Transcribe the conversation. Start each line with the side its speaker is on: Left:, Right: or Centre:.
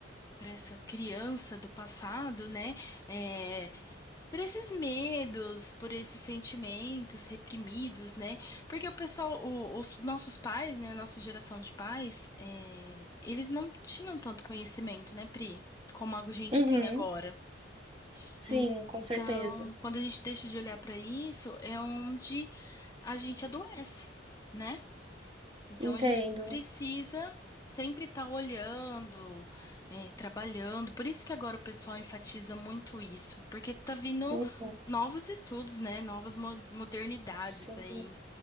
Left: para essa criança do passado, né? É, por esses medos, por esses sentimentos reprimidos, né? Porque o pessoal, o- os nossos pais, né? A nossa geração de pais, é, eles não tinham tanto conhecimento, né, Pri? Como a gente
Right: Uhum,
Left: tem agora.
Right: sim,
Left: En-
Right: com
Left: Então,
Right: certeza.
Left: quando a gente deixa de olhar para isso, é onde a gente adoece, né? Então
Right: Entendo.
Left: a gente precisa sempre estar olhando, é, trabalhando. Por isso que agora o pessoal enfatiza muito isso, porque tá vindo
Right: Uhum,
Left: novos estudos, né? Novas mo- modernidades
Right: sim.
Left: aí